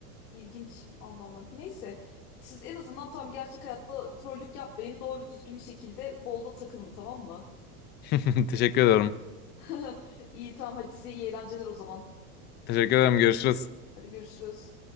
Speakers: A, on the left; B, on the left.
A: İlginç. Allah Allah. Neyse. Siz en azından tam gerçek hayatta trollük yapmayın. Doğru düzgün bir şekilde bolda takılın tamam mı?
B: <laughs> Teşekkür ederim.
A: <laughs> İyi tamam hadi size iyi eğlenceler o zaman.
B: Teşekkür ederim. Görüşürüz.
A: Hadi görüşürüz.